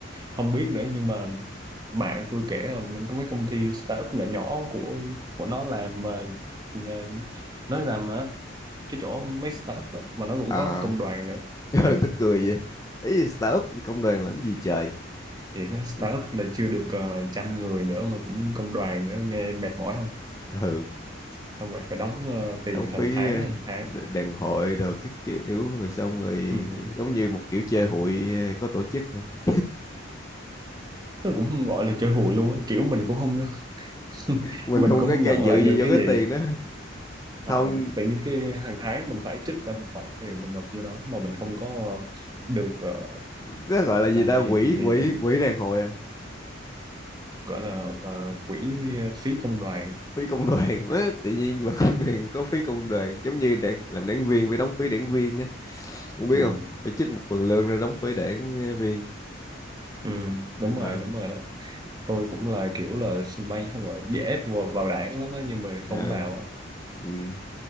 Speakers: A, on the right; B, on the left.
A: không biết nữa nhưng mà bạn tôi kể là có cái công ty startup nhỏ nhỏ của của nó làm mà mà nó làm ở cái chỗ mấy startup đó, mà nó cũng
B: à
A: có công đoàn
B: <laughs>
A: nữa
B: ừ,
A: ừ.
B: tức cười vậy ý là startup công đoàn làm gì trời
A: thì cái startup
B: Cái-
A: là chưa được ờ, trăm người nữa mà cũng công đoàn nữa nghe mệt mỏi không
B: ừ
A: xong rồi phải đóng ờ, tiền
B: đóng phí
A: hàng tháng
B: ờ,
A: hàng tháng
B: đ- đàn hội rồi các kiểu rồi xong rồi
A: ừ.
B: giống như một kiểu chơi hụi ờ, có tổ chức <laughs>
A: nó cũng không gọi là chơi hụi luôn á kiểu mình cũng không <laughs>
B: mình
A: mình
B: không
A: cũng
B: có
A: không nhận
B: can dự
A: lại
B: gì
A: được
B: vô
A: cái
B: cái
A: gì
B: tiền đó
A: Ờ,
B: không
A: tự nhiên cái hàng tháng mình phải trích ra một khoản tiền mình nộp vô đó mà mình không có được ờ,
B: nó gọi là gì
A: làm
B: ta
A: gì
B: quỹ
A: làm gì
B: quỹ
A: nha
B: quỹ đàn hội à
A: gọi là ờ, quỹ phí công đoàn
B: phí công đoàn á tự nhiên mà công đoàn <laughs> có phí công đoàn giống như đảng, làm đảng viên phải đóng phí đảng viên á không biết
A: ừ.
B: không phải trích một phần lương ra đóng phí đảng ờ, viên
A: ừ đúng
B: ờ
A: rồi đúng rồi đó tôi cũng là kiểu là bay không gọi bị ép vào, vào đảng lắm á nhưng mà
B: ờ,
A: không vào á
B: ừ.